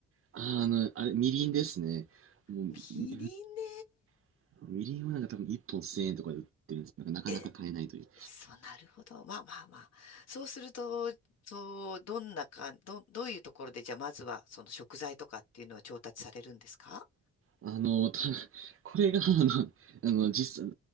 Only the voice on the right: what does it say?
あー、あの、あれ、みりんですね。もう、
み <laughs> みりんはなんか多分1本1000円とかで売ってるんですけど、なんかなかなか買えないという。
あの、た、これが、あの、あの、実際、